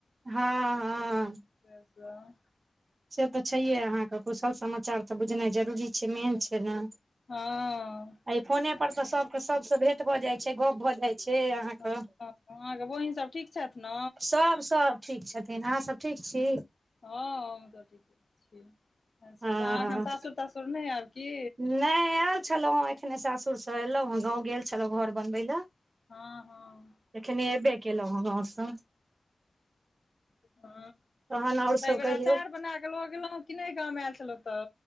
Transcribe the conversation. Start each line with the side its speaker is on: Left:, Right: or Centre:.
Right: हँ हँ
Left: सेस <inaudible>
Right: से तऽ छैहे अहाँके कुशल समाचार तऽ बुझनाइ जरूरी छैय मेन छैय न
Left: हँ
Right: एहि फोने पर त सब के सबस भेंट भए जाय छैय गप भऽ जाय छैय अहाँ
Left: हँ
Right: तऽ
Left: अहाँके बहिन सब ठीक छथि ने
Right: सब सब ठीक छथिन अहाँ सब ठीक छी
Left: हँ हम तऽ ठीके छी अच्छा
Right: हँ
Left: तऽ अहाँ एखन सासुर तासुर नहि आयब की
Right: नहि आयल छलहुँ हँ एखने सासुरसँ एयलहुँ हँ गामव गेल छलहुँ घर बनबै लए
Left: हँ हँ
Right: एखने एबे केलहुँ गाँवसँ
Left: ह
Right: तहन आओर
Left: त
Right: सब
Left: बेर
Right: कहियौ
Left: अचार बना कऽ गेलो कि नहि गामव आयल छल ओतऽ